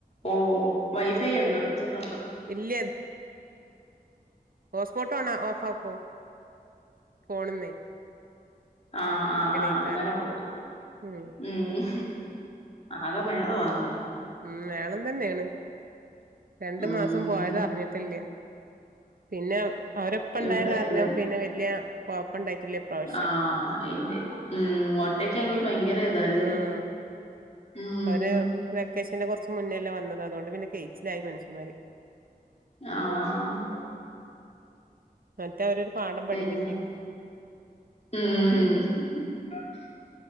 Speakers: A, on the left (about 40°); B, on the right (about 65°).
A: ഓഹ് വൈഫൈ ഉണ്ടോ വെച്ചിട്ടുണ്ടോ
B: ഇല്ല ഫോട്ടോണ ഓഫ്ക്ക ഫോൺന്നെ
A: ആഹ് ആഹ് ആഹ്
B: ഇക്കാരം
A: അങ്ങനെ കൊടുക്കും
B: ഉം
A: മം ആകെ മേളവാന്നത്
B: ഉം മേളം തന്നെയാണ് രണ്ടു
A: ഉം
B: മാസം പോയത് അറിഞ്ഞിട്ടില്ല പിന്നെ ഓരപ്പണ്ടായ
A: ഇവിടെ
B: കാരണം
A: ഇത് തന്നെ
B: പിന്നെ വലിയ കൊഴപ്പണ്ടായിട്ടില്ല ഇപ്രാവശ്യ
A: ആഹ് ഇന്ത് ഉം ഒറ്റക്കാങ്കി ഭയങ്കര ഇതാല്ലേ
B: ആഹ്
A: ഉം
B: അവര് വെക്കേഷന്റെ കൊറച്ച് മുന്നല്ലേ വന്നത് അതുകൊണ്ട് പിന്നെ കെയ്ച്ചിലായി മനുഷ്യന്മാര്
A: ആഹ്
B: മറ്റേ അവരൊരു പാഠം പഠിപ്പിച്ചീനി
A: പിന്നെ ഉം